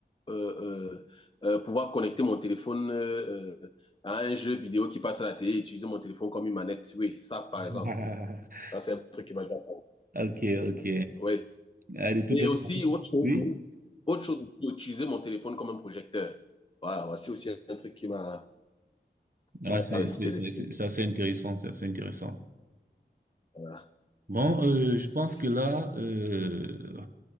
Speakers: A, on the left; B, on the right.
A: euh, euh, euh, pouvoir connecter mon téléphone euh, à un jeu vidéo qui passe à la télé et utiliser mon téléphone comme une manette. Oui, ça, par
B: <laughs>
A: exemple, oui. Ça, c'est un truc qui m'a déjà fait.
B: Ok, ok.
A: Oui.
B: Ah, de toutes
A: Et
B: les
A: aussi,
B: façons.
A: autre chose,
B: Oui?
A: autre chose, utiliser mon téléphone comme un projecteur. Voilà, voici aussi un truc qui m'a
B: Ah,
A: qui m'a
B: c'est
A: traversé
B: c'est- c'est-
A: l'esprit.
B: c'est- c'est assez intéressant, c'est assez intéressant.
A: Voilà.
B: Bon, euh,
A: C'est-
B: je pense
A: c'est-
B: que là, euh,